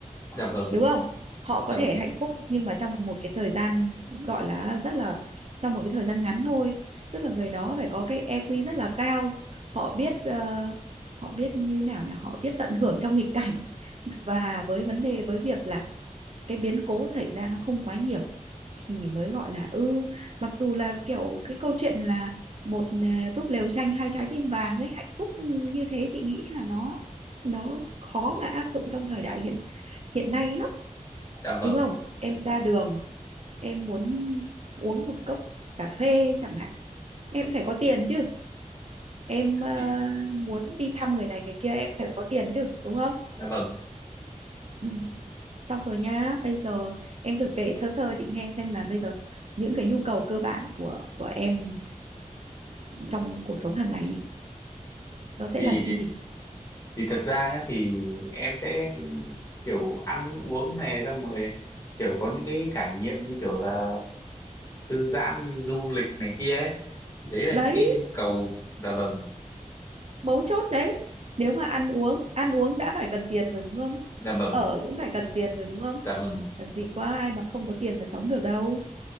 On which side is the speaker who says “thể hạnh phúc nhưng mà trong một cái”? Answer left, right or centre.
Right